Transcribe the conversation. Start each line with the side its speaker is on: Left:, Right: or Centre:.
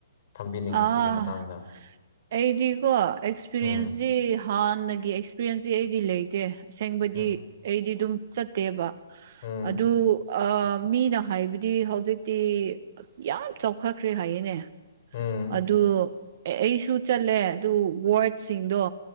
Left: ꯊꯝꯕꯤꯅꯤꯡꯉꯤ
Right: ꯑꯥ
Left: ꯁꯤꯒꯤ ꯃꯇꯥꯡꯗ
Right: ꯑꯩꯗꯤꯀꯣ ꯑꯦꯛꯁꯄꯤꯔꯤꯌꯦꯟꯁꯇ
Left: ꯎꯝ
Right: ꯍꯥꯟꯅꯒꯤ ꯑꯦꯛꯁꯄꯤꯔꯤꯌꯦꯟꯁꯁ ꯑꯩꯗꯤ ꯂꯩꯇꯦ ꯑꯁꯦꯡꯕꯗꯤ
Left: ꯎꯝ
Right: ꯑꯩꯗꯤ ꯑꯗꯨꯝ ꯆꯠꯇꯦꯕ
Left: ꯎꯝ
Right: ꯑꯗꯨꯗ ꯃꯤꯅ ꯍꯥꯏꯕꯗꯤ ꯍꯧꯖꯤꯛꯇꯤ ꯑꯁ ꯌꯥꯝ ꯆꯥꯎꯈꯠꯈ꯭ꯔꯦ ꯍꯥꯏꯌꯦꯅꯦ
Left: ꯎꯝ
Right: ꯑꯗꯨ ꯑꯩꯁꯨ ꯆꯠꯂꯦ ꯑꯗꯨ ꯋꯥꯔꯗꯁꯤꯡꯗꯣ